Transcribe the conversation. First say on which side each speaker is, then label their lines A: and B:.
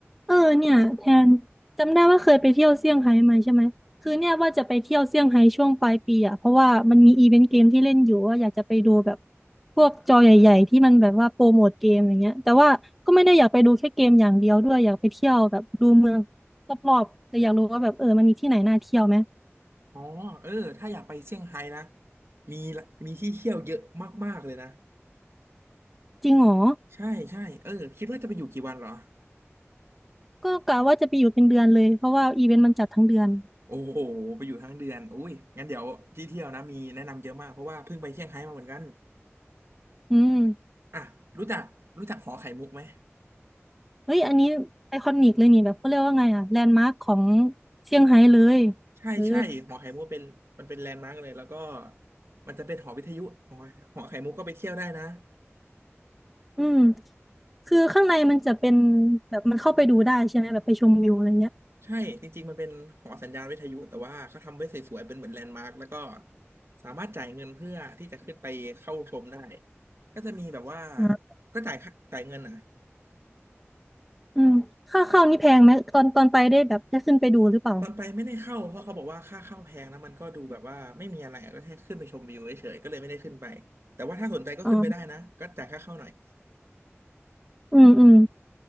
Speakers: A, in the centre; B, on the right.
A: เออเนี่ยแทนจำได้ว่าเคยไปเที่ยวเซี่ยงไฮ้มาใช่ไหมคือเนี่ยว่าจะไปเที่ยวเซี่ยงไฮ้ช่วงปลายปีอ่ะเพราะว่ามันมีอีเวนต์เกมที่เล่นอยู่ว่าอยากจะไปดูแบบพวกจอใหญ่ๆที่มันแบบว่าโปรโมทเกมอย่างเงี้ยแต่ว่าก็ไม่ได้อยากไปดูแค่เกมอย่างเดียวด้วยอยากไปเที่ยวแบบดูเมืองรอบๆแต่อยากรู้ว่าแบบเออมันมีที่ไหนน่าเที่ยวไหม
B: อ๋อเออถ้าอยากไปเซี่ยงไฮ้นะมีละมีที่เที่ยวเยอะมากๆเลยนะ
A: จริงเหรอ
B: ใช่ใช่เออคิดว่าจะไปอยู่กี่วันเหรอ
A: ก็กะว่าจะไปอยู่เป็นเดือนเลยเพราะว่าอีเวนต์มันจัดทั้งเดือน
B: โอ้โหไปอยู่ทั้งเดือนอุ้ยงั้นเดี๋ยวที่เที่ยวนะมีแนะนำเยอะมากเพราะว่าเพิ่งไปเซี่ยงไฮ้มาเหมือนกัน
A: อืม
B: อ่ะรู้จักรู้จักหอไข่มุกไหม
A: เฮ้ยอันนี้ไอคอนิกเลยนี่แบบเขาเรียกว่าไงอ่ะแลนด์มาร์คของเซี่ยงไฮ้เลย
B: ใช่ใช่หอไข่มุกเป็นมันเป็นแลนด์มาร์กเลยแล้วก็
A: เออ
B: มันจะเป็นหอวิทยุหอหอไข่มุกก็ไปเที่ยวได้นะ
A: อืมคือข้างในมันจะเป็นแบบมันเข้าไปดูได้ใช่ไหมแบบไปชมวิวอะไรเงี้ย
B: ใช่จริงๆมันเป็นหอสัญญาณวิทยุแต่ว่าเขาทำไว้สวยๆเป็นเหมือนแลนด์มาร์คแล้วก็สามารถจ่ายเงินเพื่อที่จะขึ้นไปเข้าชมได้ก็จะมีแบบว่า
A: อ่า
B: ก็จ่ายค่าจ่ายเงินอ่ะ
A: อืมค่าเข้านี่แพงไหมตอนตอนไปได้แบบได้ขึ้นไปดูหรือเปล่า
B: ตอนไปไม่ได้เข้าเพราะเขาบอกว่าค่าเข้าแพงแล้วมันก็ดูแบบว่าไม่มีอะไรอะก็แค่ขึ้นไปชมวิวเฉยๆก็เลยไม่ได้ขึ้นไปแต่ว่าถ้าสนใจก็ขึ้นไปได้นะก็จ่ายค่าเข้าหน่อย
A: อ๋ออืมอืม